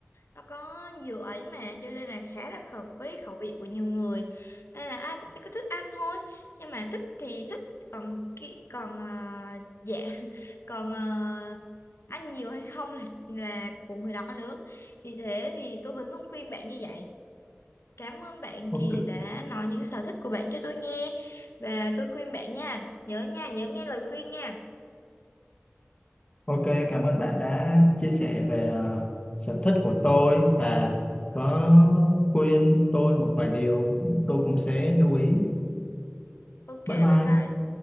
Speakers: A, on the left; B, on the left.
A: nó có nhiều ấy mà cho nên là khá là hợp với khẩu vị của nhiều người nên là ai cũng sẽ cứ thích ăn thôi nhưng mà thích thì thích còn kỹ còn ờ, dạ <laughs> còn ờ, ăn nhiều hay không là là của người đó nữa thì thế thì tôi vẫn luôn khuyên bạn như vậy Cảm ơn bạn
B: Ok,
A: Kỳ đã nói những sở thích của bạn cho tôi nghe và tôi khuyên bạn nha, nhớ nha, nhớ nghe lời khuyên nha.
B: Ok, cảm ơn bạn đã chia sẻ về ờ, sở thích của tôi và có khuyên tôi một vài điều tôi cũng sẽ lưu ý.
A: Ok,
B: Bye bye.
A: bye bye.